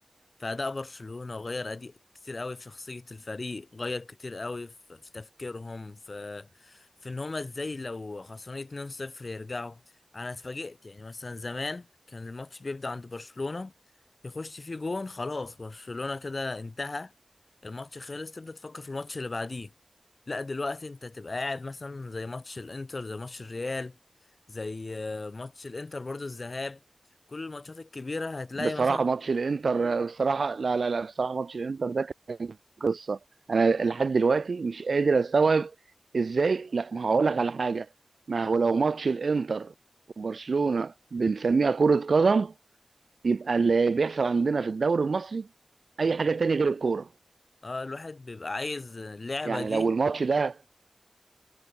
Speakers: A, on the left; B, on the right.
A: في أداء برشلونة وغير أدي كتير قوي في شخصية الفريق غير كتير قوي في, في تفكيرهم في في إن هما إزاي لو خسرانين 2-0 يرجعوا أنا اتفاجئت يعني مثلا زمان كان الماتش بيبدأ عند برشلونة يخش فيه جون خلاص برشلونة كده انتهى الماتش خلص تبدأ تفكر في الماتش اللي بعديه لا دلوقتي انت تبقى قاعد مثلا زي ماتش الانتر زي ماتش الريال زي آه، ماتش الانتر برضو الذهاب كل الماتشات الكبيرة هتلاقي
B: بصراحة
A: مثلا
B: ماتش الإنتر آه، بصراحة لا لا لا بصراحة ماتش الإنتر ده قصه انا لحد دلوقتي مش قادر استوعب ازاي لا ما هقول لك على حاجه ما هو لو ماتش الانتر وبرشلونه بنسميها كره قدم يبقى اللي بيحصل عندنا في الدوري المصري اي حاجه تانية غير الكوره
A: اه الواحد بيبقى عايز اللعبة
B: يعني
A: دي
B: لو الماتش ده